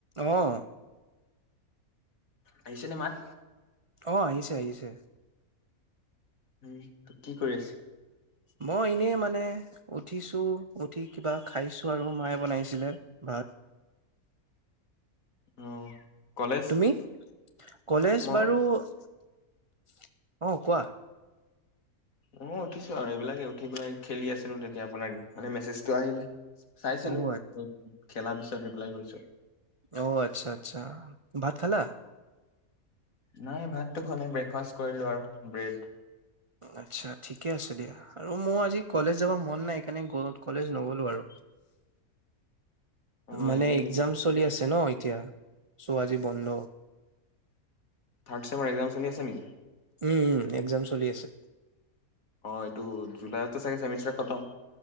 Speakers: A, on the right (about 50°); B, on the left (about 65°).
A: অহ
B: আহিছে নে মাই
A: অ আহিছে আহিছে
B: উম কি কৰি আছে
A: মই এনেই মানে উঠিছোঁ উঠি কিবা খাইছোঁ আৰু মায়ে বনাইছিলে ভাত
B: অ কলেজ?
A: তুমি কলেজ
B: মই
A: বাৰু আহ কোৱা
B: অ উঠিছো আৰু এইবিলাকে উঠি পেলাই খেলি আছিলো তেতিয়া আপোনাৰানে মেছেজটো আহিলে চাইছিলো
A: অ',
B: খেলা পিছত ৰিপ্লাই কৰিছো।
A: অ আচ্ছা আচ্ছা ভাত খালা
B: নাই ভাতটো খোৱাই ব্ৰেকফাষ্ট কৰিলো আৰু ব্ৰেড।
A: আচ্ছা ঠিকে আছে দিয়া আৰু মোৰ আজি কলেজ যাব মন নাই সেইকাৰণে কলেজ নগলো আৰু
B: অ',
A: মানে
B: এইকেইদিন
A: এক্সাম চলি আছে ন তিয়া ছ আজি বন্ধ
B: থাৰ্ড চেমৰ এক্সাম চলি আছে নেকি?
A: উম উম এক্সজাম চলি আছে।
B: অ এইটো জুলাইতো চাগে চেমিষ্টাৰ খতম